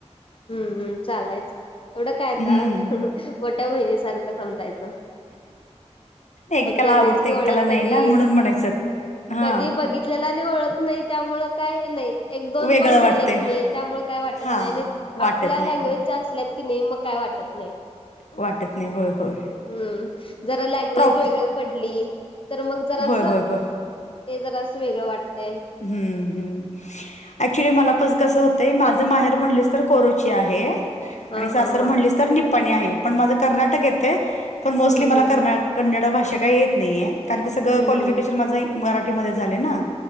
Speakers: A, on the left; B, on the left.
A: हम्म हम् चालायच. एवढं काय आता
B: हम्म
A: मोठ्या बहिणीसारखं समजायचं.
B: एकेकाला
A: फक्त एवढीच
B: आवडते
A: की ओळख
B: एकेकाला नाही
A: कधी
B: ना म्हणून म्हणायचं हा
A: कधी बघित आपल्याला नाही ओळख नाही त्यामुळ काय नाही. एक दोन
B: वेगळं
A: कॉल झाले
B: वाटतंय
A: की नाही त्यामुळे काय वाटत
B: हा
A: नाही आणि
B: वाटत
A: आपल्या
B: नाही
A: लँग्वेजच्या असल्या नेमका काय वाटत नाही
B: वाटत नाही होय होय
A: हम जरा लँग्वेज
B: प्रॉप
A: वेगळं पडली तर मग जरा
B: होय
A: असं
B: होय होय
A: ते जरा असं वेगळं वाटतंय.
B: हम ऍक्च्युली मला पण कस होत. ते माझं माहेर म्हणलीस तर कोरोची आहे
A: हा
B: आणि सासर
A: हा हा
B: म्हणलीस तर निपाणी आहे. पण माझं कर्नाटक येतय पण मोस्टली
A: हम्म
B: मला
A: हम्म
B: कर्नाड कन्नड भाषा काही येत नाहीय. सगळं
A: हम्म
B: क्वालिफिकेशन
A: हम्म
B: माझं मराठीमध्ये झाले ना.